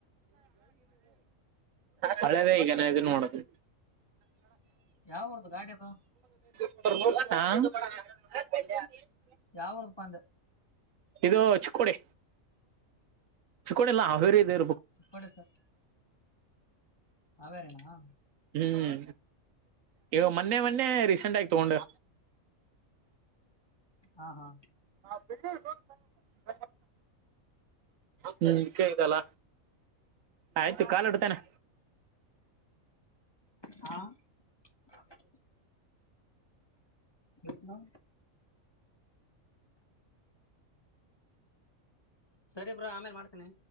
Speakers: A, on the right; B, on the left.
A: ಹಳೆದ ಈಗ ಇದನ್ ನೋಡುದು
B: ಯಾವ ಊರ್ದು ಗಾಡಿ ಅದು
A: ಾ
B: ಯಾವರ್ದ ಬಂದೆ
A: ಇದು ಚಿಕ್ಕೋಡಿ ಚಿಕ್ಕೋಡಿ ಎಲ್ಲ ಅವೇರಿ ಇ
B: ಕಡೆ ಸರ್ ಹೇಾರೇನಾ
A: ಹ್ಮ್ ಇವ ಮೊನ್ನೆ ಮೊನ್ನೆ ರೀಸೆಂಟ್ ಆಗಿ
B: ಓ
A: ತಗೊಂಡ
B: ಹಾ ಹಾ
A: ಹಾ ಬ ಹ್ಮ ಕ ಇದಲ್ಲ ಆಯ್ತು ಕಾಲಿಡ್ತೇನೆ
B: ಹ್ಮ ಹಾ ಇದು ಸರಿ ಬ್ರಾ ಆಮೇಲ್ ಮಾಡ್ತೇನಿ